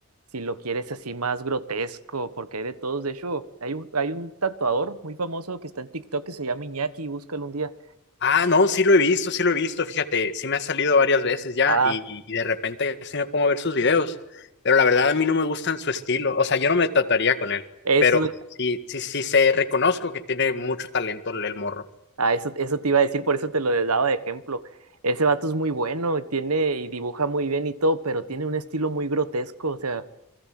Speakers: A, on the right; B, on the left.
A: si lo quieres así más grotesco, porque hay de todos. De hecho, hay un, hay un tatuador muy famoso que está en TikTok que se llama Iñaki, búscalo un día.
B: Ah, no, sí lo he visto, sí lo he visto, fíjate, sí me ha salido varias veces ya
A: Ah,
B: y, y de repente sí me pongo a ver sus videos, pero la verdad a mí no me gustan su estilo, o sea, yo no me trataría con él,
A: eso
B: pero
A: es lo
B: sí, sí, sí, sé, reconozco que tiene mucho talento el el morro,
A: Ah, eso, eso te iba a decir, por eso te lo daba de ejemplo. Ese vato es muy bueno, tiene y dibuja muy bien y todo, pero tiene un estilo muy grotesco. O sea,